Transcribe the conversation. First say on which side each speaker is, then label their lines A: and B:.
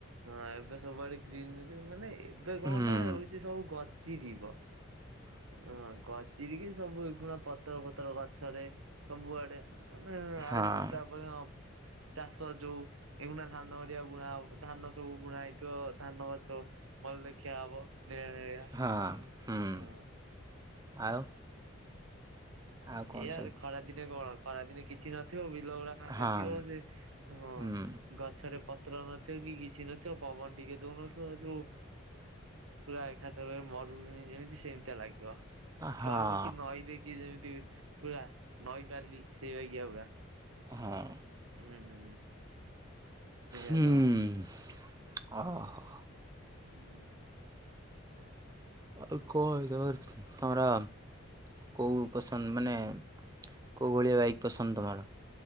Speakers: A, on the right; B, on the right.
A: ହଁ ଏବେ ସବୁଆଡେ ଗ୍ରୀନ୍ ମାନେ ଏବେ କଣ
B: ହୁଁ
A: ନା ହଉଛି ସବୁ ଗର୍ଜି ଯିବ। ହଁ ଗଜିରିକ ସବୁ ପଣା ପତର ଫତର ଗଛରେ ସବୁଆଡେ। ମାନେ
B: ହଁ
A: ଆଉ ତାପରେ ହଁ। ଚାଷ ଯୋଉ ଏଗୁଣା ଧାନ କରିବାଆ ବୁଣା ଧାନ ସବୁ ବୁଣା ଏଇଠୁ ଧାନ ଗଛ। ମଲ ଦେଖିଆ ହବ। ନିଳିଆ ନିଳିଆ
B: ହଁ ହୁଁ
A: ହଁ
B: ଆଉ।
A: ଆ
B: ଆଉ କଣ
A: ଏଆରେ
B: ସବୁ
A: ଖରା ଦିନେ କଣ ଖରା ଦିନେ କିଛି ନଥିବ। ବିଲ ଗୁଡା ଫାଙ୍କା
B: ହଁ
A: ଥିବ। ସେ ହଁ
B: ହୁଁ
A: ଗଛରେ ପ ପତ୍ର ନଥିବ କି କିଛି ନଥିବ। ପବନ ଟିକେ ଦଉନଥିବ ଯୋଉ ପୁରା ଏକା ତା ମରୁନି ଯେମିତି ସେମିତି ଲାଗିବ।
B: ହଁ
A: କହିବ କି ନଈ ଦେଇକି ଯେମିତି ପୁରା ନଈ ବାଲି ସେଇ ବାଗିଆ ପୁରା।
B: ହଁ।
A: ହୁଁ ହୁଁ।
B: ହୁଁ
A: ଏ ହଉ।
B: ଓ ହୋ।
A: ହୁଁ।
B: ଆଉ କ ଧର ଆରା। କୋଉ ପସନ୍ଦ ମାନେ କୋଉ ଭଳିଆ ବାଇକ୍ ପସନ୍ଦ ତମର।